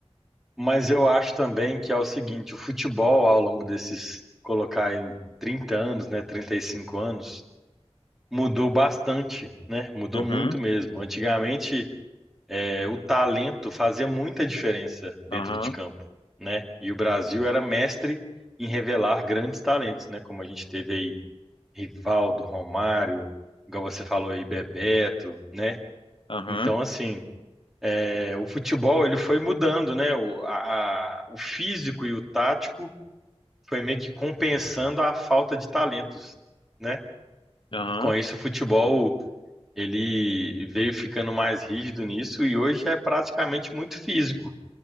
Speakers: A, in the centre; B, on the left (about 50°).
A: Mas eu acho também que é o seguinte, o futebol ao longo desses colocar em 30 anos, né, 35 anos, mudou bastante, né? Mudou
B: Uhum,
A: muito mesmo. Antigamente é, o talento fazia muita diferença dentro
B: aham,
A: de campo, né? E o Brasil era mestre em revelar grandes talentos, né? Como a gente teve aí Rivaldo, Romário, igual você falou aí, Bebeto, né?
B: aham,
A: Então, assim, é, o futebol ele foi mudando, né? O, a- a- o físico e o tático foi meio que compensando a falta de talentos, né?
B: aham,
A: E com isso o futebol ele veio ficando mais rígido nisso e hoje é praticamente muito físico.